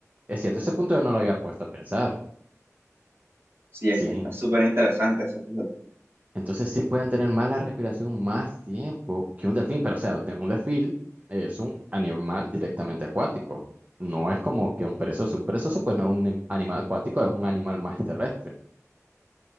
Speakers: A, on the right (about 30°); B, on the right (about 45°).
A: Es cierto, ese punto yo no lo había puesto a pensar.
B: Sí,
A: Sí,
B: es que está súper interesante eso, fíjate.
A: entonces sí pueden tener más la respiración más tiempo que un delfín, pero o sea, de- un delfín es un animal directamente acuático. No es como que un perezoso. Un perezoso, pues no es un anim- animal acuático, es un animal más terrestre.